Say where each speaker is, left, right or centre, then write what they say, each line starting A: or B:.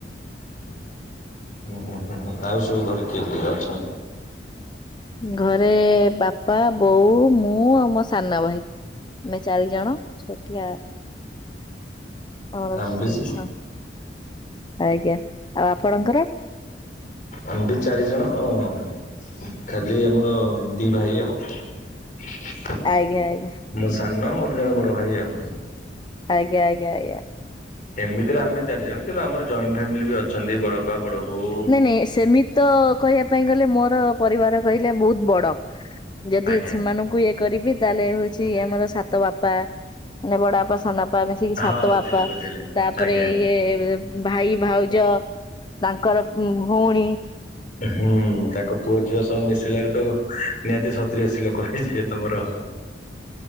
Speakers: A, on the left (about 45°); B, on the left (about 25°).
A: ହୁଁ ହୁଁ ହୁଁ ହୁଁ ଆଉ ସବୁ ଘରେ କିଏ କିଏ ଅଛନ୍ତି?
B: ଘରେ ବାପା ବୋଉ ମୁଁ ଆଉ ମୋ ସାନ ଭାଇ। ଆମେ ଚାରି ଜଣ ଛୋଟିଆ ଆମର
A: ଆମେ
B: <unintelligible>
A: ବି ସେ
B: ଆଜ୍ଞା ଆଉ ଆପଣଙ୍କର।
A: ଆମ୍ ବି ଚାରିଜଣ ଅଁ ଖାଲି ଆମର ଦି ଭାଇ ଆଉ।
B: ଆଜ୍ଞା ଆଜ୍ଞା।
A: ମୁଁ ସାନ ମୋର ଜଣେ ବଡ ଭାଇ ଆଉ।
B: ଆଜ୍ଞା ଆଜ୍ଞା ଆଜ୍ଞା।
A: ଏମିତିରେ ଆମେ ଚାରିଜଣ କିନ୍ତୁ ଆମର ଜଏଣ୍ଟ ଫ୍ୟାମିଲି ବି ଅଛନ୍ତି ବଡବାପା ବଡବୋଉ।
B: ନାଇଁ ନାଇଁ ସେମିତି ତ କହିବା ପାଇଁ ଗଲେ ମୋରୋ ପରିବାର କହିଲେ ବୋହୁତ ବଡ। ଯଦି
A: ଆଜ୍ଞା
B: ସେମାନଙ୍କୁ ଏକ କରିବି ତାହେଲେ ହୋଉଛି ଆମର ସାତ ବାପା ମାନେ ବଡବାପା ସାନ ବାପା ମାନେ ମିଶିକି
A: ହଁ
B: ସାତ
A: ବୁଝିଲି
B: ବାପା
A: ବୁଝିଲି
B: ତାପରେ
A: ଆଜ୍ଞା
B: ଇଏ ଭାଇ ଭାଉଜ ତାଙ୍କର ଉଁ ଭୋଉଣୀ।
A: ହୁଁ ତାଙ୍କ ପୁଅ ଝିଅ ସବୁ ମିଶିଲେ ଆଳୁ ତ ନିହାତି ସତୁରି ଅଶି ଲୋକୋ ହେଇଯିବ ତମର।